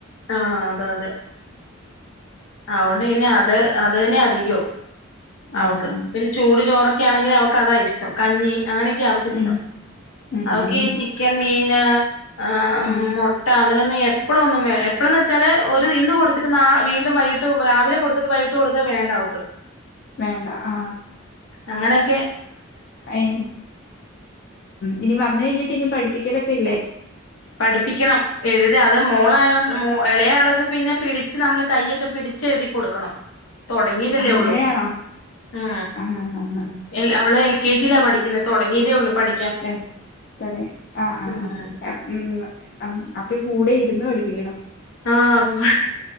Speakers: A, on the left (about 85°); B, on the left (about 50°).
A: ആ അത് അതെ ആ ഓണ്ട് പിന്നെ അത് അ ത് അന്നേ അധികോം അവക്ക്
B: ആഹ്
A: പിന്നെ ചൂട് ചോറൊക്കെയാണെങ്കി അവ ക്കതാ ഇഷ്ടം കഞ്ഞി അങ്ങനെയക്കാ അവക്കിഷ്ടം
B: ഉം ഉം
A: അവക്കീ
B: ഉം
A: ചിക്കൻ മീൻ നാ ആ ഉം
B: ആഹ്
A: മൊട്ട അങ്ങനെ അപ്പോഴൊന്നും വേ എ ത്രേന്നെച്ചാല് ഒരു ഇന്ന് കൊടുത്തിട്ട് നാ വീണ്ടും വൈകിട്ട് രാവിലെ കൊടുത്തിട്ട് വൈകിട്ട് കൊടുത്താ വേണ്ടാവക്ക്
B: വേണാ ആ
A: അങ്ങനക്കെ
B: ഐ <unintelligible> ഇനി പറഞ്ഞയിഞ്ഞിട്ട് ഇനി പഠി ഠിക്കലൊക്കെ ഇല്ലേ
A: പഠിപ്പിക്കണം എഴ് <unintelligible> മോളായോ മോ എളേ ആള്ക്ക് പിന്നെ പിടിച്ച് നമ്മള് കൈയൊക്കെ പിടിച്ചെഴുതി കൊടുക്കണം തൊടങ്ങീതല്ലേ
B: ആ അങ്ങനെയാണോ
A: ഒള്ളു ആ
B: ആ ആ ആ
A: എൽ അവളെൽ ൽകേജീലാ പഠിക്ക്ന്നേ തൊടങ്ങീതെ ഒ ഇവള് പഠി
B: <unintelligible> തൊടങ്ങീ ആ ആ
A: ഉം
B: ആ ആ <unintelligible> അപ്പൊ കൂടെ ഇരുന്ന് പടിപ്പിക്കണം
A: ആഹ്